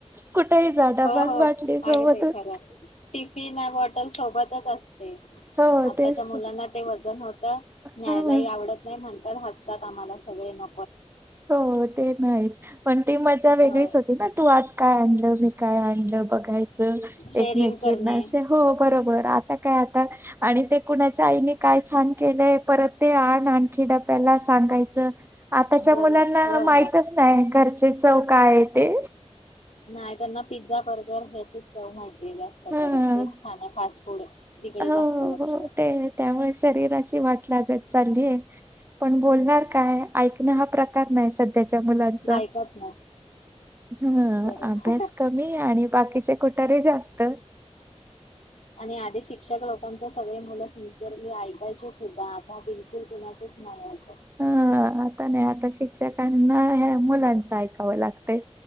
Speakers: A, on the right; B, on the left.
A: कुठेही जा डबा
B: हो
A: अन
B: हो
A: बाटली सोबतच
B: अगदी खर टिफिना बॉटल सोबत तच असते.
A: हो
B: आताच्या
A: तेच
B: मुलांना ते वजन होत न्यायलाही
A: हा
B: आवडत नाही म्हण तर हसतात आम्हाला सगळे न
A: हो ते नाहीच पण ती मज्जा वेगळीच
B: हो.
A: होती ना तू आज काय आणलं मी काय आणलं बघायचं
B: शेअरिंग
A: एकमेकींना
B: करणे
A: असे हो बरोबर आता काय आता आणि ते कुणाच्या आईने काय छान केलंय परत ते आण आणखी डब्याला ला सांगायचं. आताच्या
B: बरं
A: मुलांना
B: हो
A: माहितच
B: हो.
A: नाय घरचे चव काय ये ते.
B: नाय त्यांना पिझ्झा बर्गर ह्याचीचं चव माहिती आहे जास्त
A: हं.
B: करून तेच खाणे फास्ट फूड तिकडे
A: हो
B: जास्त
A: हो
B: लक्ष
A: हो ते त्यामुळे शरीरा ची वाट लागत चालेय पण बोलणार काय ऐकण ना हा प्रकार नाय सध् त्याच्या मुलांचा
B: आहे ऐकत नाही.
A: हं
B: बरोबर
A: अभ्यास कमी आणि बाकीचे कुटारे जास्त
B: आणि आधी शिक्षक लोकांच सगळे मुलं सिन्सिअरली ऐकायचे सुद्धा आता बिलकुल कुणाचच नाही ऐक
A: हा आता नाय आता शिक्षकांना हया मुलांच ऐकावं लाग तय.